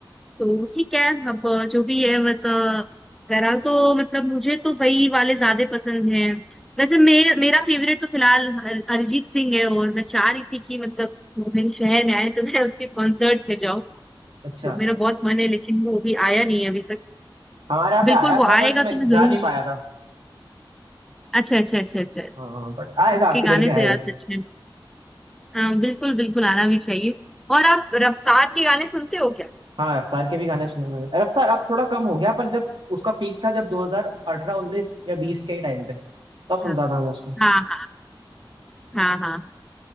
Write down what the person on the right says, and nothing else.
अच्छा
हमारे यहाँ
पे आया
था बट
मैं
जा
नहीं पाया
था
हाँ हाँ, हाँ, बट आएगा
आपकी
इधर भी आएगा
हाँ रफ्तार के भी गाने सुने मैंने रफ्तार अब थोड़ा कम हो गया पर जब उसका पीक था जब 2018 19 या 20 के टाइम पे तब सुनता
था मैं उसको